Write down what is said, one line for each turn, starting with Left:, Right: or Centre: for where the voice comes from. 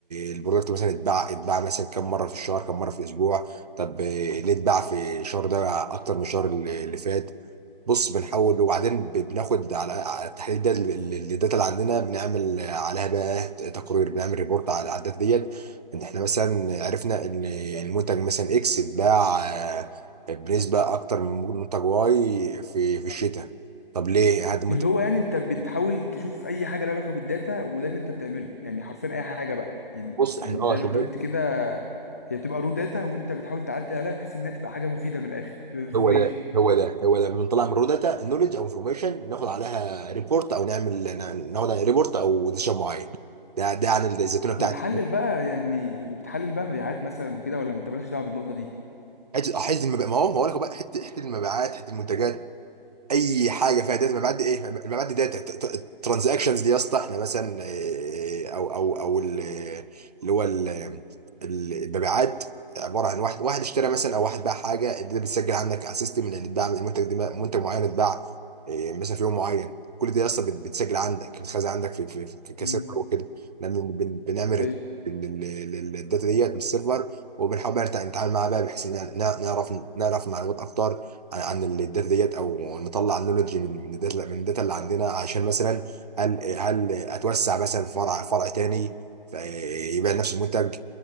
Right: البرودكت مثلا اتباع اتباع مثلا كم مره في الشهر كم مره في الاسبوع طب آه، ليه اتباع في الشهر ده اكتر من الشهر اللي اللي فات بص بنحول وبعدين ب- بناخد على على التحليل ده ال- ال- الداتا اللي عندنا بنعمل عليها بقى تقرير بنعمل ريبورت على على الداتا ديت ان احنا مثلا عرفنا ان المنتج مثلا اكس اتباع آه، بنسبه اكتر من منتج واي في في الشتاء طب ليه هذا منتج
Left: اللي هو يعني انت بتحاول تشوف اي حاجه لها علاقه بالداتا وده اللي انت بتعمله يعني حرفيا اي حاجه بقى يعني
Right: بص احنا
Left: يعني
Right: اه
Left: زي
Right: شغل
Left: ما انت قلت كده هي بتبقى رو داتا وانت بتحاول تعدل عليها بحيث انها تبقى حاجه مفيده من الاخر تبقى انفورميشن
Right: هو ده هو ده هو ده بنطلع من رو داتا نولج او انفورميشن ناخد عليها ريبورت او نعمل ناخد عليها ريبورت او ديسيشن معين ده ده عن الزيتونه بتاعتي
Left: وبتحلل بقى يعني وبتحلل بقى مبيعات مثلا وكده ولا ما انت مالكش دعوه بالنقطه دي
Right: حته آه، حته المبيعات ما هو ما هو لك بقى حته حته المبيعات حته المنتجات اي حاجه فيها داتا مبيعات دي ايه مبيعات دي داتا الترانزاكشنز دي يا اسطى احنا مثلا إيه، او او او ال- اللي هو ال- ال- المبيعات عباره عن واحد واحد اشترى مثلا او واحد باع حاجه الداتا بتسجل عندك على السيستم لان اتباع المنتج ده منتج معين اتباع إيه، مثلا في يوم معين كل دي يا اسطى بت- بتسجل عندك بتخزن عندك في في في كسيرفر
Left: امم
Right: وكده إحنا بن- بن- بنعمل
Left: ايوه
Right: ريت- لل- لل- لل- للداتا ديت من السيرفر وبنحاول بقى نتع- نتعامل معاها بقى بحيث ان نعرف نعرف معلومات اكتر عن الداتا ديت او نطلع نولوجي من من الداتا من الداتا اللي عندنا عشان مثلا هل هل اتوسع مثلا في فرع فرع تاني فيبقى نفس المنتج